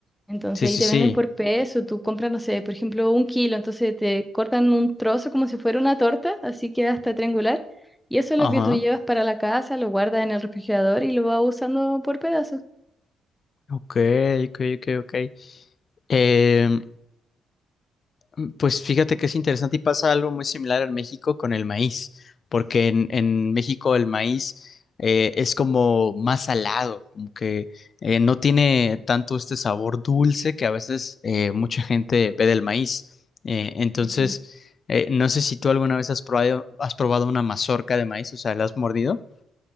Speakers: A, in the centre; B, on the left (about 45°).
A: Entonces
B: sí,
A: ahí
B: sí,
A: te
B: sí.
A: venden por peso, tú compras, no sé, por ejemplo, un kilo, entonces te cortan un trozo como si fuera una torta, así que hasta triangular, y eso es
B: Ajá.
A: lo que tú llevas para la casa, lo guardas en el refrigerador y lo vas usando por pedazos.
B: Ok, ok, ok, ok. Em, Mm, Pues fíjate que es interesante y pasa algo muy similar en México con el maíz, porque en, en México el maíz eh, es como más salado, como que eh, no tiene tanto este sabor dulce que a veces eh, mucha gente ve del maíz. Eh, entonces,
A: Ujú.
B: eh, no sé si tú alguna vez has probado, has probado una mazorca de maíz, o sea, ¿la has mordido?